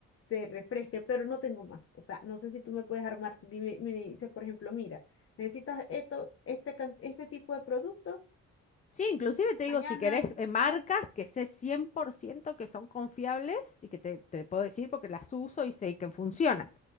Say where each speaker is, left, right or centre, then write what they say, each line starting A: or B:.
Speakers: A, on the left; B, on the left.
A: se refresque, pero no tengo más. O sea, no sé si tú me puedes armar, dime, me dices, por ejemplo, mira, necesitas esto, este, can- este tipo de producto
B: Sí, inclusive
A: y
B: te digo,
A: mañana,
B: si querés eh, marcas
A: ups,
B: que sé 100% que son confiables y que te, te puedo decir porque las uso y sé que funcionan